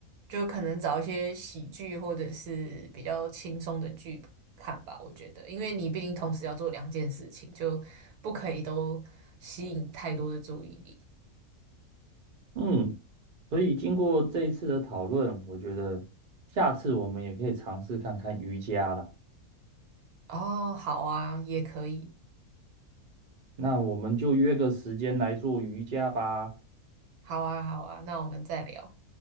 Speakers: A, on the right; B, on the right.
A: 就可能找一些喜剧或者是比较轻松的剧看吧，我觉得，因为你毕竟同时要做两件事情，就不可以都吸引太多的注意力。
B: 嗯，所以经过这一次的讨论，我觉得下次我们也可以尝试看看瑜伽啦。
A: 哦，好啊，也可以，
B: 那我们就约个时间来做瑜伽吧。
A: 好啊，好啊，那我们再聊。